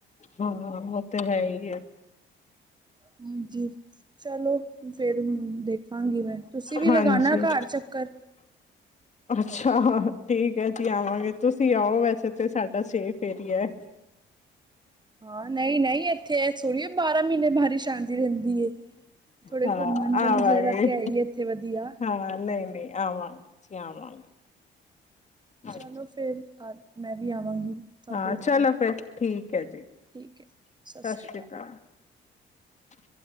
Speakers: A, on the left; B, on the right.
A: ਹਾਂ ਉਹ ਤਾਂ ਹੈਈ ਐ।
B: ਹਾਂਜੀ ਚਲੋ ਫੇਰ ਹੁਣ ਦੇਖਾਂਗੀ ਮੈਂ। ਤੁਸੀਂ ਵੀ
A: ਹਾਂਜੀ,
B: ਲਗਾਣਾ ਘਰ ਚੱਕਰ।
A: ਅੱਛਾ ਠੀਕ ਐ ਜੀ ਆਵਾਂਗੇ ਤੁਸੀਂ ਆਓ ਵੈਸੇ ਤੇ ਸਾਡਾ ਸੇਫ ਏਰੀਆ।
B: ਹਾਂ ਨਹੀਂ ਨਹੀਂ ਇੱਥੇ ਥੋੜੀ ਬਾਰਾਂ ਮਹੀਨੇ ਬਾਰਿਸ਼। ਆਂਦੀ ਰਹਿੰਦੀ ਐ ਥੋੜੇ
A: ਹਾਂ
B: ਘੁੰਮਣ ਵਾਲੀ
A: ਆਵਾਂਗੇ
B: ਜਗ੍ਹਾ ਤੇ ਹੈਈ ਇੱਥੇ ਵਧੀਆ।
A: ਹਾਂ ਨਹੀਂ ਨਹੀਂ ਆਵਾਂਗੇ ਜੀ ਆਵਾਂਗੇ। ਹਾਂਜੀ
B: ਚਲੋ ਫੇਰ ਆ ਮੈਂ ਵੀ ਆਵਾਂਗੀ। ਤੁਹਾਡੇ
A: ਹਾਂ
B: ਉੱਥੇ
A: ਚਲੋ ਫਿਰ ਠੀਕ ਐ ਜੀ ਸਤਿ
B: ਠੀਕ ਹੈ ਸ਼੍ਰੀ
A: ਸ੍ਰੀ ਅਕਾਲ। <inaudible>